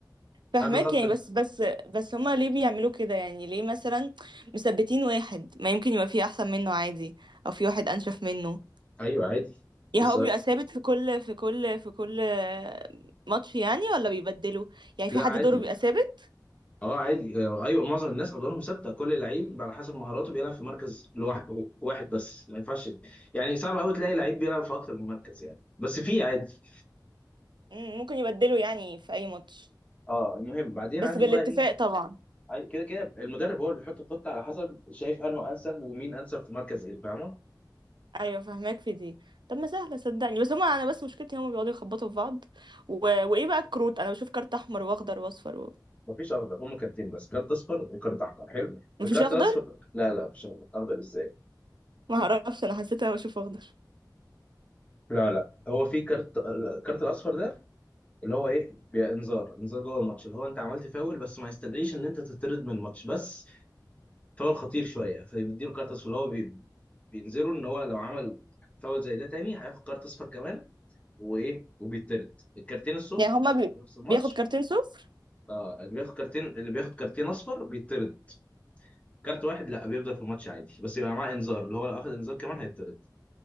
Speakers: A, on the right (about 85°); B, on the left (about 15°).
A: فهماك
B: قبل خط
A: يعني بس بس بس هما ليه بيعملوا كده يعني ليه مثلا مثبتين واحد ما يمكن يبقى فيه احسن منه عادي او في واحد انشف منه
B: ايوه عادي
A: يعني
B: بس
A: هو بيبقى ثابت في كل في كل في كل ماتش يعني ولا بيبدلوا يعني
B: لا
A: في حد
B: عادي
A: دوره بيبقى ثابت
B: اه عادي آه، ايوه معظم الناس ادوارهم ثابته كل لعيب على حسب مهاراته بيلعب في مركز لوحده واحد بس ما ينفعش يعني صعب قوي تلاقي لعيب بيلعب في اكتر من مركز يعني بس في عادي
A: مم، ممكن يبدلوا يعني في اي ماتش
B: اه المهم بعدين
A: بس
B: عندك
A: بالاتفاق
B: بقى ايه
A: طبعا
B: أي- كده كده المدرب هو اللي بيحط الخطه على حسب شايف انه انسب ومين انسب في مركز ايه فاهمه
A: ايوه فهماك في دي طب ما سهله صدقني بس هما انا بس مشكلتي هما بيقعدوا يخبطوا في بعض و... وايه بقى الكروت انا بشوف كارت احمر واخضر واصفر و...
B: مفيش اخضر هم كارتين بس كارت اصفر وكارت احمر حلو
A: مفيش
B: الكارت
A: اخضر
B: الاصفر لا لا مفيش اخضر اخضر ازاي
A: ما اعرفش انا حسيت انا بشوف اخضر
B: لا لا هو في كارت الكارت الاصفر ده اللي هو ايه بي- انذار انذار جوه الماتش اللي هو انت عملت فاول بس ما يستدعيش ان انت تطرد من الماتش بس فاول خطير شويه فبيديله كارت اصفر اللي هو بي... بينذره ان هو لو عمل فاول زي ده تاني هياخد كارت اصفر كمان وايه وبيطرد الكارتين الصفر
A: يعني هما بي...
B: في نفس الماتش
A: بياخد كارتين صفر
B: اه اللي بياخد كارتين اللي بياخد كارتين اصفر بيطرد كارت واحد لا بيفضل في الماتش عادي بس يبقى معاه انذار اللي هو لو اخد انذار كمان هيطرد